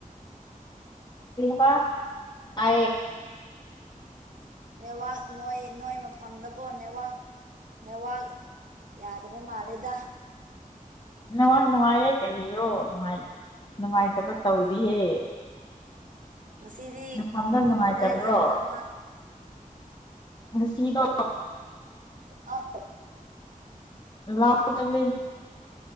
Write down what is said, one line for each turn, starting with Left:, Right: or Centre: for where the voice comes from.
Left: ꯄꯥ ꯑ
Right: ꯅꯦꯋꯥꯥꯛ ꯅꯣꯏ ꯅꯣꯏ ꯃꯐꯝꯗꯀꯣ ꯅꯦꯋꯥꯛ ꯅ ꯋꯥ ꯌꯥꯗꯕ ꯃꯥꯂꯦꯗ
Left: ꯅꯨꯡꯉꯥꯏ ꯅꯨꯡꯉꯥꯏꯌꯦꯦ ꯀꯩꯕꯤꯔꯣꯅꯨꯡꯉꯥꯏ ꯅꯨꯡꯉꯥꯏꯇꯕ ꯇꯧꯗꯤꯍꯦ
Right: ꯃ ꯁꯤꯗꯤ
Left: ꯅꯐꯝꯗꯣ ꯅꯨꯡꯉꯥꯏꯇꯕ꯭ꯔꯣ
Right: ꯌꯥꯏ ꯆ ꯄꯣꯕꯥ
Left: ꯁꯤꯗ
Right: ꯑꯥꯎ
Left: ꯂꯑꯣ ꯆ ꯑ